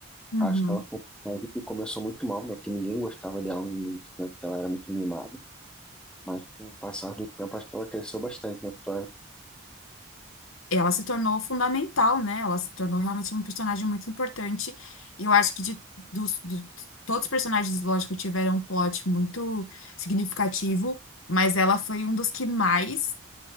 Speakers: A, on the left; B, in the centre.
A: Uhum.
B: Acho que ela foi uma personagem que começou muito mal, né? Que ninguém gostava dela no início, né? Que ela era muito mimada. Mas com o passar do tempo, acho que ela cresceu bastante na história.
A: ela se tornou fundamental, né? Ela se tornou realmente um personagem muito importante. E eu acho que de, dos, do- todos os personagens, lógico, tiveram um plot muito significativo, mas ela foi um dos que mais